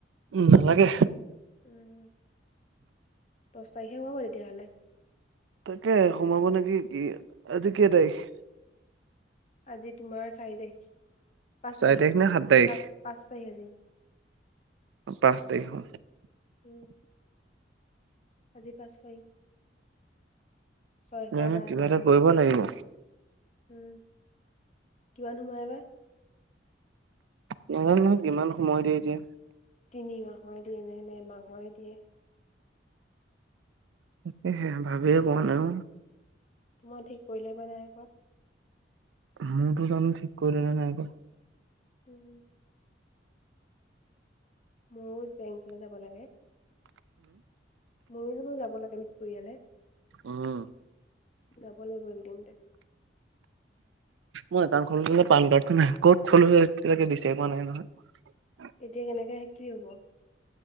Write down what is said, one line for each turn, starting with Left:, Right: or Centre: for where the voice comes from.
Right: উ নালাগে
Left: উম দহ তাৰিখে সোমাব তেতিয়াহলে
Right: তাকে সোমাব নেকি কি আজি কেই তাৰিখ
Left: আজি তোমাৰ চাৰি তাৰিখ পাঁচ
Right: চাৰি
Left: তাৰিখ
Right: নে সাত তাৰিখ
Left: পাঁচ পাঁচ তাৰিখ আজি।
Right: পাঁচ তাৰিখ
Left: উম আজি পাঁচ তাৰিখ। চয়খান
Right: জানো
Left: আৰনান
Right: কিবা এটা কৰিব লাগিব।
Left: উম কিমান সময় এবাৰ।
Right: নাজানো নহয় কিমান সময় দিয়ে এতিয়া।
Left: তিনি মাহ দিয়ে নে নে এমাহৰে দিয়ে।
Right: তাকেহে ভাবিয়ে পোৱা নাই।
Left: তোমাৰ ঠিক কৰিলে বা নাই কৰা।
Right: মোৰটো জানো ঠিক কৰিলে নে নাই কৰা।
Left: উম ময়ো বেংকলৈ যাব লাগে মোৰো বোলো যাব লাগে পৰিয়ালে
Right: অম
Left: যাব লাগিব এইকেইদিনতে
Right: মোৰ একাউণ্ট খন পান কাৰ্ডখন ক'ত থ জানো এতিয়ালৈকে বিচাৰি পোৱা নাই নহয়।
Left: এতিয়া কেনেকে শ কি হব?